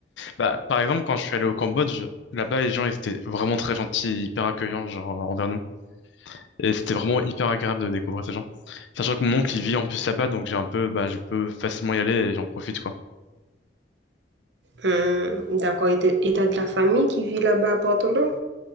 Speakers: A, on the left; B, on the right.
A: Bah, par exemple, quand je suis allé au Cambodge, là-bas, les gens, ils étaient vraiment très gentils, hyper accueillants, genre, envers nous. Et c'était vraiment hyper agréable de découvrir ces gens. Sachant que mon oncle, il vit en plus là-bas, donc j'ai un peu, bah, je peux facilement y aller et j'en profite, quoi.
B: Hum, d'accord. Et t'as et t'as de la famille qui vit là-bas à Porto Novo?